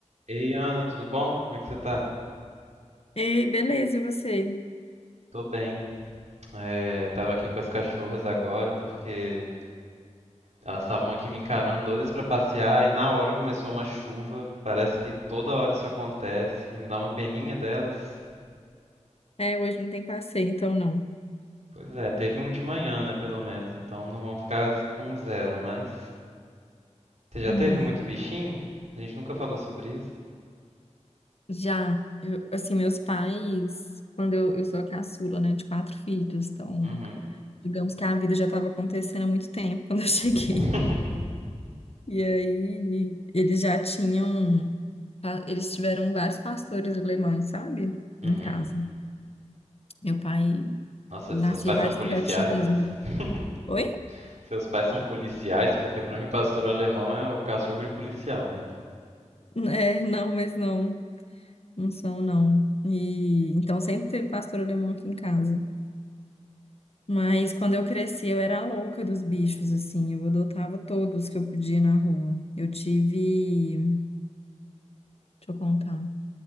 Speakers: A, on the right; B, on the left.
A: Ei, Ana, tudo bom? Como é que você tá?
B: Ei, beleza, e você?
A: Tô bem. É, tava aqui com as cachorras agora porque elas estavam aqui me encarando doidas pra passear e na hora começou uma chuva. Parece que toda hora isso acontece e me dá uma peninha delas.
B: É, hoje não tem passeio, então não.
A: Pois é, teve um de manhã, né, pelo menos, então não vão ficar com zero, mas você já
B: Uhum.
A: teve muito bichinho? A gente nunca falou sobre isso.
B: Já, eu- assim, meus pais, quando eu, eu sou a caçula, né, de quatro filhos, então,
A: Uhum.
B: digamos que a vida já estava acontecendo há muito tempo quando eu <laughs> cheguei.
A: <laughs>
B: E aí, eles já tinham, pa- eles tiveram vários pastores alemães, sabe?
A: Uhum.
B: Em casa. Meu pai
A: Nossa,
B: nascia
A: seus pais
B: vários
A: são policiais?
B: filhotinhos. Meu...
A: <laughs>
B: Oi?
A: Seus pais são policiais, porque pra mim pastor alemão é o cachorro de policial, né?
B: Não, é, não, mas não. Não são, não. E então sempre teve pastor alemão aqui em casa. Mas quando eu cresci, eu era a louca dos bichos, assim. Eu adotava todos que eu podia na rua. Eu tive, deixa eu contar,